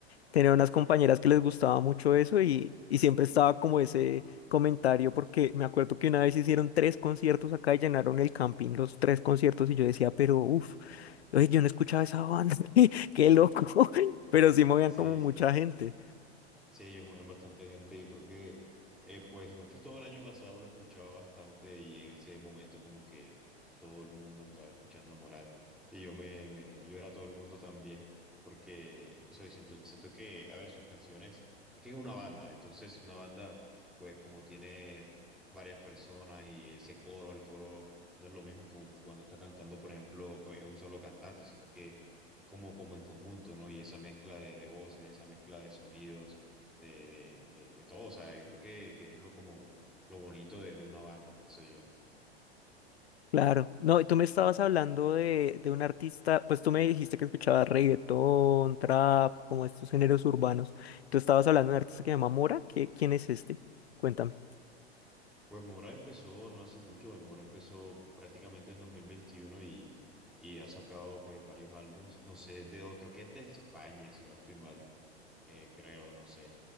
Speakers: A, on the left (about 70°); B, in the centre.
A: tenía unas compañeras que les gustaba mucho eso y, y siempre estaba como ese comentario, porque me acuerdo que una vez hicieron tres conciertos acá y llenaron el camping, los tres conciertos, y yo decía, pero uff, yo no escuchaba esa banda, <laughs> qué loco, <laughs> pero sí movían
B: Sí,
A: como mucha
B: sí.
A: gente.
B: Sí, ellos mueven bastante gente. Yo creo que, eh, pues, más que todo el año pasado lo escuchaba bastante y en ese momento como que todo el mundo estaba escuchando Morat y yo me, me- yo era todo el mundo también porque, o sea, siento, siento que, a ver, sus canciones, es que es una banda, entonces una banda, pues, como tiene varias personas y ese coro, el coro no es lo mismo como que cuando está cantando, por ejemplo, eh, un solo cantante, sino que es como, como en conjunto, ¿no? Y esa mezcla de, de voces, esa mezcla de sonidos de, de, de, de todo. O sea, yo creo que, que es lo como lo bonito de, de una banda, pienso yo.
A: Claro. No, y tú me estabas hablando de, de un artista, pues tú me dijiste que escuchabas reggaetón, trap, como estos géneros urbanos. Tú estabas hablando de un artista que se llama Mora. ¿Qué, quién es este? Cuéntame.
B: Pues Mora empezó no hace mucho, pues Mora empezó prácticamente en 2021 y, y ha sacado pues varios álbumes, no sé, de, creo que es de España, si no estoy mal, eh, creo, no sé,